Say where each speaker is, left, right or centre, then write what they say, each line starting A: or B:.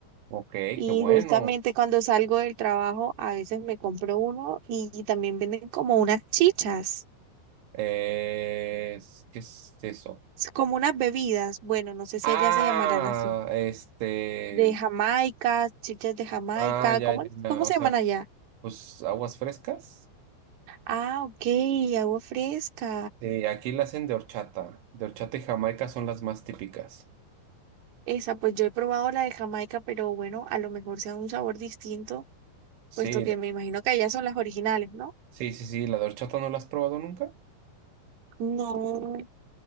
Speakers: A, on the right (about 85°); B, on the right (about 65°).
A: Ok,
B: Y
A: qué bueno.
B: justamente cuando salgo del trabajo, a veces me compro uno y, y también venden como unas chichas,
A: Eh, es- ¿qué es eso?
B: s- como unas bebidas. Bueno, no sé si
A: Ah,
B: allá se llamarán así.
A: este,
B: de Jamaica, chichas de Jamaica,
A: ah, ya,
B: ¿cómo,
A: ya, ya,
B: cómo se
A: o sea,
B: llaman allá?
A: pues aguas frescas.
B: Ah, ok, agua fresca.
A: Sí, aquí la hacen de horchata. De horchata y jamaica son las más típicas.
B: Esa, pues yo he probado la de Jamaica, pero bueno, a lo mejor sea un sabor distinto,
A: Sí,
B: puesto que me imagino que allá son las originales, ¿no?
A: sí, sí, sí, la de horchata no la has probado nunca.
B: No,